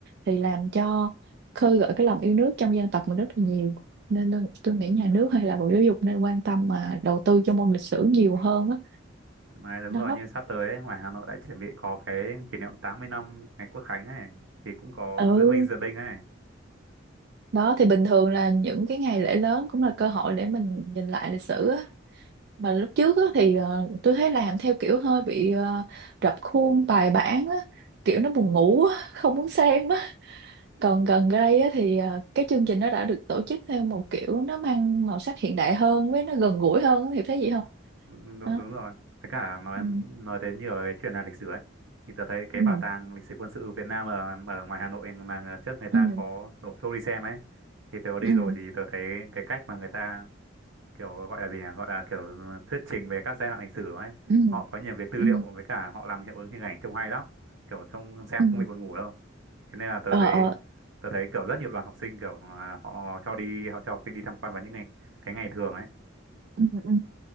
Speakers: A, on the right; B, on the right.
A: thì làm cho khơi gợi cái lòng yêu nước trong dân tộc mình rất là nhiều nên nên tôi nghĩ nhà nước hay là Bộ Giáo dục nên quan tâm mà đầu tư cho môn lịch sử nhiều hơn á
B: Mà đúng
A: đó
B: rồi như sắp tới ấy, ngoài Hà Nội lại chuẩn bị có cái kỷ niệm 80 năm ngày Quốc Khánh ấy thì cũng có
A: ừ
B: diễu binh diễu binh ấy
A: đó thì bình thường là những cái ngày lễ lớn cũng là cơ hội để mình nhìn lại lịch sử á mà lúc trước á, thì ờ, tôi thấy làm theo kiểu hơi bị ờ, rập khuôn bài bản á, kiểu nó buồn ngủ á, <laughs> không muốn xem á còn gần đây á, thì ờ, cái chương trình nó đã được tổ chức theo một kiểu nó mang màu sắc hiện đại hơn với nó gần gũi hơn á, thì thấy gì không
B: đúng, đúng
A: Hả?
B: đúng rồi với cả nói
A: ừ
B: nói đến nhiều cái chuyện là lịch sử ấy thì tớ thấy cái
A: ừ
B: bảo tàng lịch sử quân sự Việt Nam ở, ở ngoài Hà Nội mà trước người ta
A: ừ
B: có đổ xô đi xem ấy thì tớ có đi
A: ừ
B: rồi thì tớ thấy cái cách mà người ta kiểu gọi là gì nhỉ gọi là kiểu thuyết trình về các giai đoạn lịch sử ấy
A: ừ
B: họ có nhiều cái tư
A: ừ
B: liệu với cả họ làm hiệu ứng hình ảnh trông hay lắm kiểu trông xem
A: ừ
B: không bị buồn ngủ đâu thế nên là tớ
A: ờ
B: thấy
A: ờ
B: tớ thấy kiểu rất nhiều đoàn học sinh kiểu là họ cho đi họ cho học sinh đi tham quan vào những ngày cái ngày thường ấy
A: ừ ừ